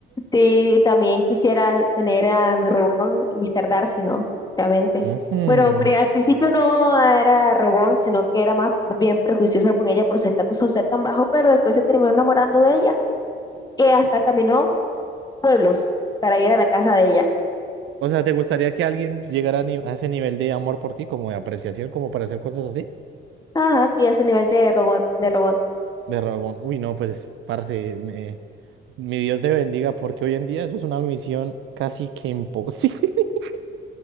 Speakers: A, on the left; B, on the right.
A: Sí, también quisiera tener a mi robón, Mr. Darcy, ¿no? Obviamente.
B: <laughs> Ujú.
A: Bueno, pri- al principio no era robón, sino que era más bien prejuicioso con ella por su estatus social tan bajo, pero después se terminó enamorando de ella, que hasta caminó pueblos para ir a la casa de ella.
B: O sea, ¿te gustaría que alguien llegara a, ni- a ese nivel de amor por ti, como de apreciación, como para hacer cosas así?
A: Ajá, sí, ese nivel de rogón, de rogón.
B: De Ragón. Uy, no, pues, parce, me- mi Dios te bendiga, porque hoy en día eso es una misión casi que imposible. <laughs>